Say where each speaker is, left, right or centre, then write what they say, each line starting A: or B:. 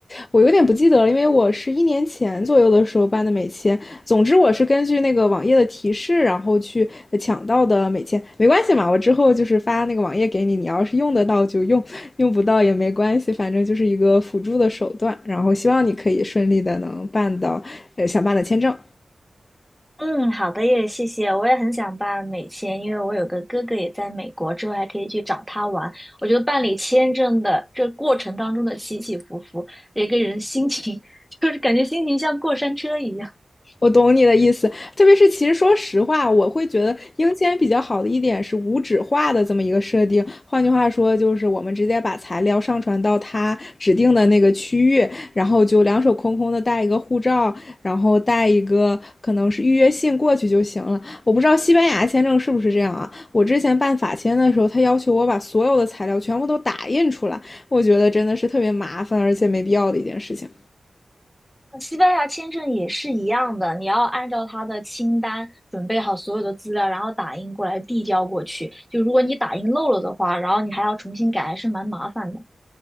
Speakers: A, on the left (about 35°); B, in the centre.
A: 我有点不记得了，因为我是一年前左右的时候办的美签。总之，我是根据那个网页的提示，然后去抢到的美签。没关系嘛，我之后就是发那个网页给你，你要是用得到就用，用不到也没关系，反正就是一个辅助的手段。然后希望你可以顺利的能办到呃想办的签证。
B: 嗯，好的，也谢谢。我也很想办美签，因为我有个哥哥也在美国，之后还可以去找他玩。我觉得办理签证的这过程当中的起起伏伏，一个人心情 <laughs> 就是感觉心情像过山车一样。
A: 我懂你的意思，特别是其实说实话，我会觉得英签比较好的一点是无纸化的这么一个设定。换句话说，就是我们直接把材料上传到他指定的那个区域，然后就两手空空的带一个护照，然后带一个可能是预约信过去就行了。我不知道西班牙签证是不是这样啊？我之前办法签的时候，他要求我把所有的材料全部都打印出来，我觉得真的是特别麻烦而且没必要的一件事情。
B: 西班牙签证也是一样的，你要按照他的清单准备好所有的资料，然后打印过来递交过去。就如果你打印漏了的话，然后你还要重新改，还是蛮麻烦的。